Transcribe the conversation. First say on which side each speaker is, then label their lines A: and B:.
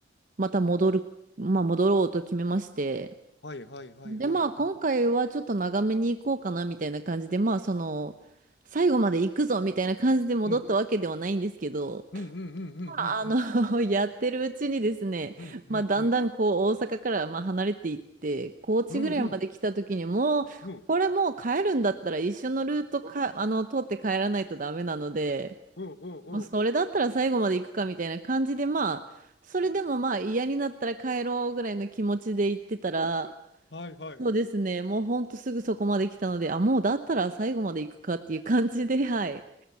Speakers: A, on the right; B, on the left.
A: また戻る、まあ戻ろうと決めまして、
B: はいはいはいはいはい。
A: で、まあ今回はちょっと長めに行こうかなみたいな感じで、まあその、最後まで行くぞみたいな感じで戻ったわけではないんですけど、
B: うんうんうんうんうんうん
A: あの、<laughs> やってるうちにですね、
B: うんうんうんうん
A: まあ、だんだんこう、大阪からまあ離れていって、高知ぐらいまで来た時にもう、
B: うんうんうんうんうん
A: これもう帰るんだったら一緒のルートか、あの、通って帰らないとダメなので、
B: うんうん
A: もうそれだったら最後まで行くかみたいな感じで、まあ、それでもまあ嫌になったら帰ろうぐらいの気持ちで行ってたら、
B: はいはい。
A: そうですね、もうほんとすぐそこまで来たので、あ、もうだったら最後まで行くかっていう感じで、はい、